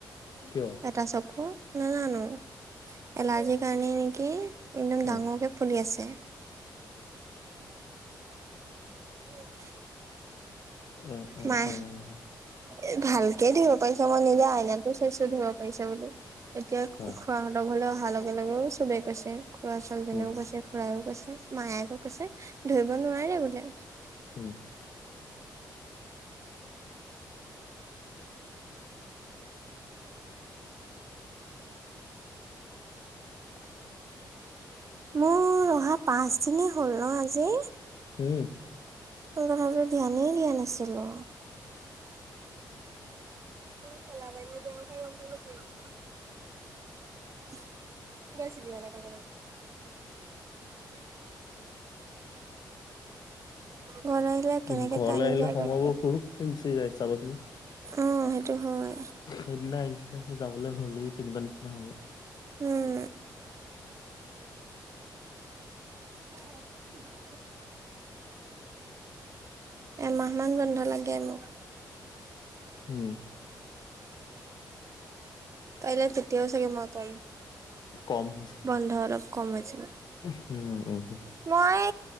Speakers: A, on the left; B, on the right.
A: কিয়?
B: এটা চকু, নাজানো। এলাৰ্জিৰ কাৰণে নেকি, একদম
A: অ',
B: ডাঙৰকে ফুলি আছে। হয়।
A: উম, উম,
B: নাই
A: উম,
B: এ ভালকে ধুব পাৰিছ, মই নিজে আইনাতো চাইছো ধুব পাৰিছে বুলে। এতিয়া,
A: আচ্ছা
B: খোৱাহঁতৰ ঘৰলৈ অহাৰ লগে লগেও চবেই কৈছে। খুৰা ছোৱালীজনীয়েও
A: উম,
B: কৈছে, খুৰায়েও কৈছে, মায়ে আকৌ কৈছে, ধৰিব নোৱাৰে বোলে।
A: উম।
B: মোৰ অহা পাঁচদিনেই হ'ল ন আজি।
A: উম।
B: এই কথাটো ধ্যানেই দিয়া নাছিলো। <unintelligible> <unintelligible>
A: <unintelligible>
B: ঘৰলে আহিলে? কেনেকে
A: উম, ঘৰলৈ
B: টাইম
A: আহিলে
B: যায়
A: সময়বোৰ
B: গম নাপাওঁ।
A: হুৰুককে গুচি যায়, চাবচোন।
B: অ' সেইটো হয়
A: সেইদিনা আহিছিলোহে যাবলৈ হ'লেই, তেনকা নিচিনা হ'ব।
B: উম। <unintelligible> এমাহ মান বন্ধ লাগে মোক।
A: উম,
B: কাইলে তেতিয়াও চাগে মই কম।
A: কম হৈছে।
B: বন্ধ অলপ কম হৈছে।
A: উম হু।
B: মই